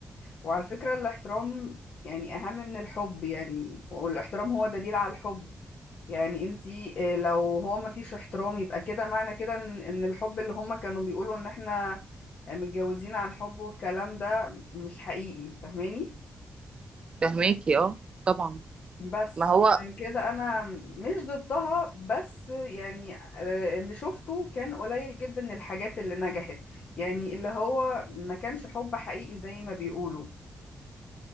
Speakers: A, on the left; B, on the right.
A: وعلى فكرة الاحترام يعني أهم من الحب يعني والاحترام هو دليل على الحب يعني انتي آه، لو هو ما فيش احترام يبقى كده معنى كده ان إن الحب اللي هما كانوا بيقولوا ان احنا متجوزين عن حب والكلام ده مش حقيقي فاهماني
B: فاهماكي اه طبعا
A: بس
B: ما هو
A: عشان كده انا مش ضدها بس يعني آه، اللي شفته كان قليل جدا الحاجات اللي نجحت يعني اللي هو ما كانش حب حقيقي زي ما بيقولوا